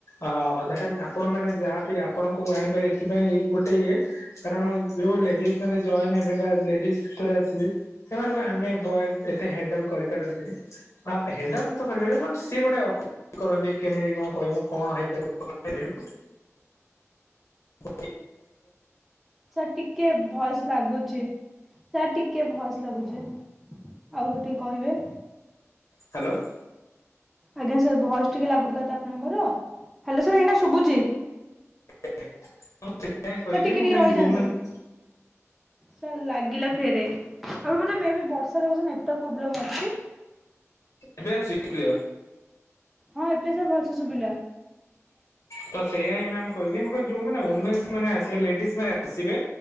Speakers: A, on the left; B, in the centre.
A: ଅ ଅଧାଟାଇମ୍ଆପଣ ମାନେ ଯାହାବି ଆପଣଙ୍କୁ ଆଣିବାର ଏଥିପାଇଁ ଗୋଟେ ଇଏ କାରଣ ଯୋଉ ଲେଡିଜ ମାନେ ଜଏନ ହେବେ ବା ଲେଡିଜ ଭିତରେ ଆସିବେ ସେମାନଙ୍କୁ ବା ଆମେ ବ ଏତେ ହଣ୍ଡଲ କରିପାରନ୍ତିନି ହଣ୍ଡଲ ତ କରିପାରିବ କ ସିଏ ଗୋଟେ କରନ୍ତି କେମିତି କଣ କହିବୁ କଣ ହେଇପାରିବୁ <unintelligible>
B: ସାର୍ ଟିକେ ଭଏସ ଲାଗୁଚି ସାର୍ ଟିକେ ଭଏସ ଲାଗୁଚି। ଆଉ ଥରେ ଟିକେ କହିବେ।
A: ହ୍ୟାଲୋ।
B: ଆଜ୍ଞା ସାର୍ ଭଏସ ଟିକେ ଲାଗୁଥିଲା ତ ଆପଣଙ୍କର ହ୍ୟାଲୋ ସାର୍ ଏଇନା ଶୁଭୁଛି।
A: <unintelligible> ସେଇଟା ହିଁ କହିଲି
B: ସାର୍ ଟିକେ
A: ମୁଁ
B: ଟିକେ ରହିଯାଆନ୍ତୁ
A: ଯୋଉମାନେ
B: ସାର୍ ଲାଗିଲା ଫେରେ ଆପର ବୋଧେ ମେ ବି ବର୍ଷା ଯାକ ସେ ନେଟୱାର୍କ ପ୍ରୋବ୍ଲେମ୍ ଅଛି
A: ଏବେ ଆସୁ କ୍ଲିୟର?
B: ହଁ ଏବେ ସାର୍ ଭଲସେ ଶୁଭିଲା।
A: ତ ସେଇୟା ହିଁ ମ୍ୟାମ୍ କହିଲି ମୁଁ କହିଲି ଯୋଉ ଓମେନ୍ସ ମାନେ ଆସିବେ ଲେଡିଜ ମାନେ ଆସିବେ